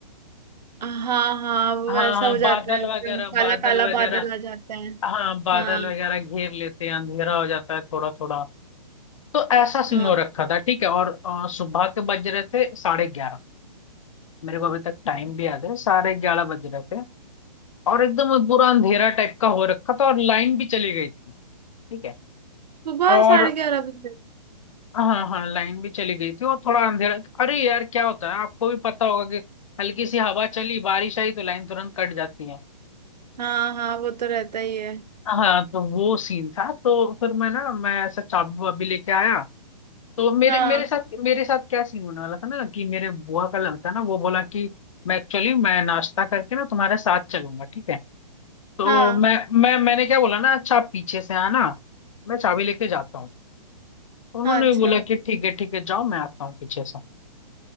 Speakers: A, on the right; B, on the left.
A: हाँ हाँ वो
B: हाँ
A: ऐसा
B: हाँ
A: हो जाता
B: बादल
A: है एकदम
B: वगैरह
A: काला
B: बादल
A: काला
B: वगैरह
A: बादल आ जाता है
B: हाँ बादल
A: हाँ
B: वगैरह घेर लेते हैं अंधेरा हो जाता है थोड़ा थोड़ा तो ऐसा सीन
A: हाँ
B: हो रखा था ठीक है और अ, सुबह के बज रहे थे साढ़े ग्यारह मेरे को अभी तक टाइम
A: हाँ।
B: भी याद है साढ़े ग्यारह बज रहे थे और एकदम पूरा अंधेरा टाइप का हो रखा था और लाइन भी चली गई थी ठीक है
A: सुबह
B: और
A: साढ़े ग्यारह बजे
B: हाँ हाँ लाइन भी चली गई थी और थोड़ा अंधेरा अरे यार क्या होता है आपको भी पता होगा कि हल्की सी हवा चली बारिश आई तो लाइन तुरंत कट जाती है
A: हाँ हाँ वो तो रहता ही है
B: हाँ तो वो सीन था तो फिर मैं ना मैं ऐसा चाबू वाबू लेके आया तो मेरे
A: हाँ
B: मेरे साथ मेरे साथ क्या सीन होने वाला था ना कि मेरे बुआ का लड़का ना वो बोला कि मैं एक्चुअली मैं नाश्ता करके ना तुम्हारे साथ चलूंगा ठीक है तो
A: हाँ
B: मैं मैं मैंने क्या बोला ना अच्छा आप पीछे से आना मैं चाबी लेके जाता हूँ तो उन्होंने
A: हाँ अच्छा
B: भी बोला कि ठीक है ठीक है जाओ मैं आता हूँ पीछे से